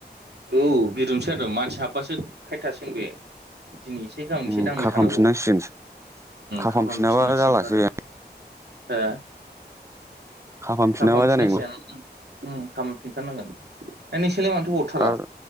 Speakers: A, on the right (about 70°); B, on the right (about 15°).
A: औ बिदिनोसै आरो मानसि हाबबासो फाइथारसिगोन बेयो दिनै एसे गाबोन
B: उम
A: एसे दांबाय
B: खाफामफिननांसिगोनसो
A: थानांगौ
B: खाफामफिनाबा
A: खालाम फिननांसिगनथ'
B: जालासो
A: आरो
B: बे
A: हो
B: खाफामफिनाबा
A: खाफामफिननांसिगोन
B: जानाय नंला
A: बिफां होगोननांगोन नोंसोरलाय होरलाय माथो हरथारा
B: आरो